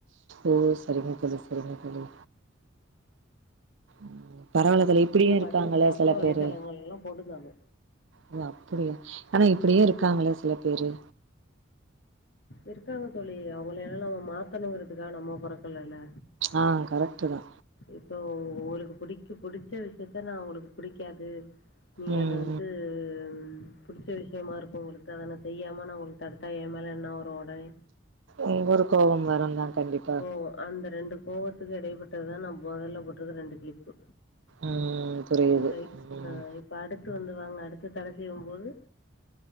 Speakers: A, on the right (about 75°); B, on the left (about 65°).
A: ஓ சரிங்க ‌தோழி சரிங்க தோழி. ம் பரவால்ல‌ தோழி இப்பிடியு
B: அதுவே
A: இருக்காங்கள்ல
B: பாத்தீங்கன்னா சமூக
A: செல
B: வலைதளங்கள்லா
A: பேரு.
B: போட்டுதானு
A: ‌ஓ அப்பிடியா ஆனா இப்பிடியு இருக்காங்கள்ல சில பேரு.
B: இருக்காங்க தோழி அவுங்கள எல்லா நம்ம மாத்தணுங்கிறதுக்காக நம்ம போறக்கல இல்ல.
A: ஆ கரெக்ட்டு தா.
B: இப்போ உ உங்குளுக்கு புடிக்கு புடிச்ச விஷ்யத்த நா உங்குளுக்கு புடிக்காது நீ
A: ம்
B: அத வந்து ம் புடிச்ச விஷ்யமா இருக்கு உங்குளுக்கு‌‌ அத நா செய்யாம நா உங்குள் தடுத்தா ஏ மேல என்ன வரு ஒடனே
A: அங்கொரு கோவம் வருந்தா கண்டிப்
B: ப்போ அந்த ரெண்டு கோவத்துக்கு இடைபட்டதுதா நா மொதல்ல போட்ருக்க ரெண்டு கிளிப்பு.
A: ம் புரியுது
B: நை
A: ம்
B: ஆ இப்ப அடுத்து வந்து வாங்க அடுத்து தல சீவூம்போது